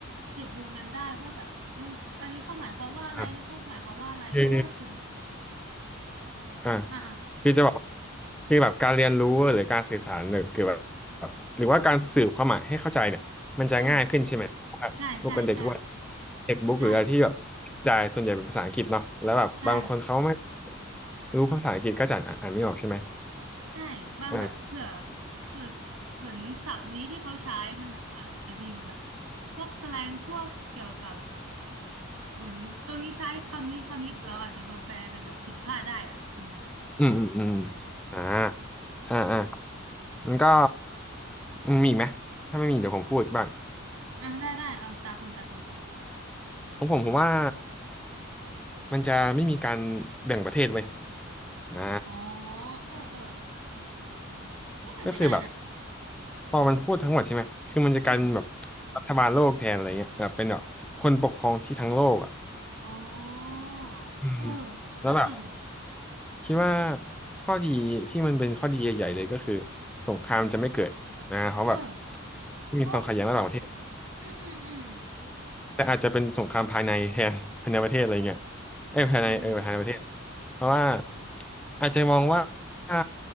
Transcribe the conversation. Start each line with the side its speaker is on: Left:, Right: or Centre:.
Right: เทคบุ๊กนั้นได้ว่าแบบมันอันนี้เขาหมายความว่าอะไรนี่เขาหมายความว่าอะไรเพราะว่าสม
Centre: อ่ะคืออ่า
Right: อ่าอ่ะ
Centre: คือจะบอกคือแบบการเรียนรู้หรือการสื่อสารหรือเกี่ยวกับแบบหรือว่าการสื่อความหมายให้เข้าใจเนี่ยมันจะง่ายขึ้นใช่ไหมเพราะว่าพวกกันเด็กทุกวัน
Right: อืม ใช่ใช่ใช่
Centre: เด็กบุ๊กหรืออะไรที่แบบ
Right: ใช่
Centre: จ่ายส่วนใหญ่เป็นภาษาอังกฤษเนาะแล้วแบบบางคนเขาไม่
Right: ใช่
Centre: รู้ภาษาอังกฤษก็จะอ่านอ่านไม่ออกใช่ไหม
Right: ใช่บางแบบเผื่อ
Centre: อ่า
Right: เกิดเหมือนศัพท์นี้ที่เขาใช้มันอาจจะมีแบบพวกแสแลงพวกเกี่ยวกับเหมือนตรงนี้ใช้คำนี้คำนี้เราอาจจะมาแปลเป็นแบบผิดพลาดได้อ่ะอืม
Centre: อืมอืมอืมอ่าอ่าอ่ามันก็มมีอีกไหมถ้าไม่มีเดี๋ยวผมพูดบ้าง
Right: อ่ะได้ได้เอาตาคุณตาคุณ
Centre: ของผมผมว่ามันจะไม่มีการแบ่งประเทศไว้ยอ่า
Right: อ๋อเออเออก็เป็นไปได้นะ
Centre: ก็คือแบบ พอมันพูดทั้งหมดใช่ไหม คือมันจะกลายเป็นแบบ
Right: อืม
Centre: รัฐบาลโลกแทนอะไรเงี้ยแบบเป็นแบบคนปกครองที่ทั้งโลกอ่ะ
Right: อ๋อ
Centre: อืม
Right: เออก็จริง
Centre: แล้วแบบคิดว่าข้อดีที่มันเป็นข้อดีใหญ่ๆเลยก็คือสงครามจะไม่เกิดนะเพราะแบบ
Right: เออ
Centre: ม่มีความขัดแย้งระหว่างประเทศ
Right: ก็อืมอืมอืม
Centre: แต่อาจจะเป็นสงครามภายในแทน <laughs> ภายในประเทศอะไรเงี้ยเอ้ยภายในเออภายในประเทศ
Right: อืม
Centre: เพราะว่าอาจจะมองว่าอ่า